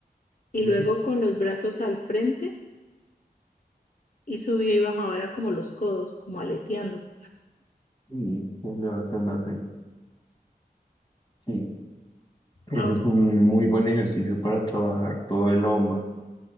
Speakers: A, on the left (about 55°); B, on the left (about 30°).
A: Y
B: ujú,
A: luego con los brazos al frente y subía y bajaba, era como los codos, como aleteando.
B: Y elevación lateral. Sí, ese
A: Ah,
B: es un muy buen ejercicio para trabajar todo el hombro.